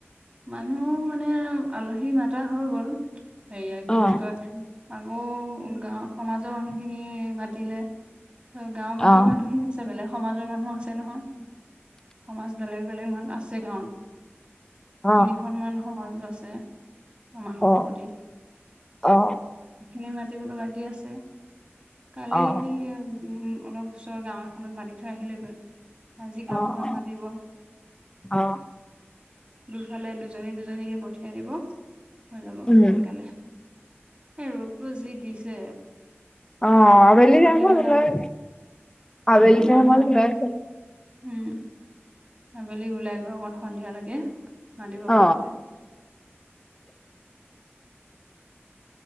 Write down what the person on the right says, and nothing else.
মানুহ মানে আলহী মাতা হৈ গ'ল হেৰিয়া কি
বুলি কয় আকৌ গাঁও সমাজৰ মানুহখিনি মাতিল। গাঁৱৰ বাকী
মানুহখিনি বেলেগ সমাজৰ মানুহ আছে নহয়, সমাজ বেলেগ বেলেগ মান আছে গাঁৱত
সনমান সমাজো আছে আমাৰখনৰ
সতি
সেখিনি মাতিবলোঁ বাকী আছে কালি
সেই উম অলপ ওচৰ গাঁও এখনত মাতি থৈ আহিলেগৈ আজি গাঁওখনত
মাতিব
দুফালে দুজনী দুজনীকে পঠিয়াই দিব। হৈ যাব
সোনকালে এ ৰ'দটোও যি দিছে
মানু মাতিব
যাব,
অ মানু
মাতিমিনি
উম আবেলি ওলাই গৈ অকমান সন্ধিয়ালৈকে মাতিব
পৰা যায়।